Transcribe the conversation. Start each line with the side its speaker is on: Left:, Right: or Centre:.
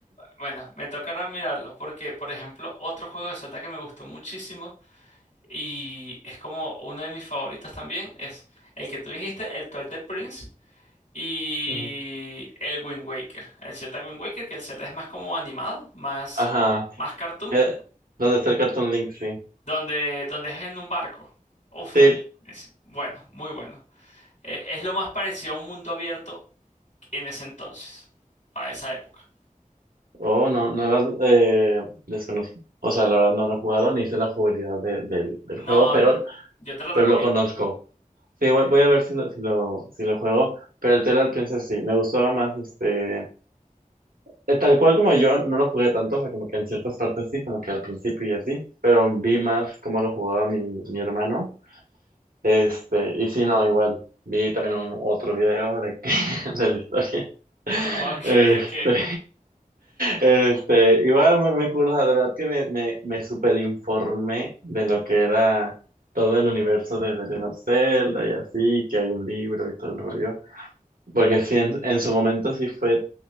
Left: bueno, me tocará mirarlo, porque, por ejemplo, otro juego de Zelda que me gustó muchísimo y es como uno de mis favoritos también es el que tú dijiste, el Twilight Prince. y
Right: Ujú.
Left: el Wind Waker. El Zelda Wind Waker, que el Zelda es más como animado, más,
Right: Ajá.
Left: más cartoon,
Right: Eh, ¿dónde está el Cartoon Link? Sí.
Left: donde, donde es en un barco. Uf,
Right: Sí.
Left: también. es bueno, muy bueno. Eh, es lo más parecido a un mundo abierto en ese entonces, para esa época.
Right: Oh, no, no la eh, desconozco. O sea, la verdad no lo he jugado ni sé la jugabilidad de- del, del
Left: No,
Right: juego, pero,
Left: yo te lo recomiendo.
Right: pero lo conozco. Sí, voy,
Left: <laughs>
Right: voy a ver si lo, si lo, si lo juego. Pero el Twilight Princess sí, me gustaba más este. eh, tal cual como yo, no lo jugué tanto, o sea, como que en ciertas partes sí, como que al principio y así, pero vi más cómo lo jugaba mi, mi hermano. Este, y sí, no, igual, vi también un, otro video de, que- <laughs> de la historia.
Left: Ok,
Right: Este,
Left: ok.
Right: este, igual muy, muy cool, o sea, de verdad que me, me, me superinformé de lo que era todo el universo de The Legend of Zelda y así, que hay un libro y todo el rollo. Porque sí, en, en su momento sí fue